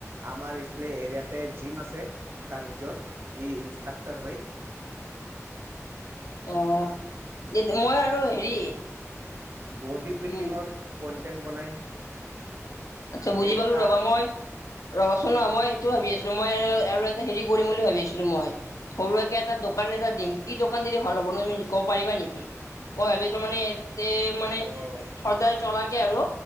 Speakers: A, on the right; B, on the left.
A: আমাৰ ইফালে এৰিয়াত তে জিম আছে তাৰ নিজৰ ই ইনষ্ট্ৰাক্টৰ হৈ
B: অ' তেনেকুৱা আৰু হেৰি
A: বড বিল্ডিঙৰ
B: উম
A: কন্টেণ্ট বনাই।
B: আচ্ছা বুজি
A: কেনেকা
B: পালো ৰ'বা মই ৰ'বাচোন নহয় মই সেইটোও ভাবি আছিলো মই আৰু এটা হেৰি কৰিম বুলি ভাবি আছিলো মই। সৰু সুৰাকে এটা দোকান এটা দিম, কি দোকান দিলে ভাল হ'ব ন তুমি কব পাৰিবা নেকি? মই ভাবি আছো মানে এতে মানে
A: অ'
B: সদায় চলাকে আৰু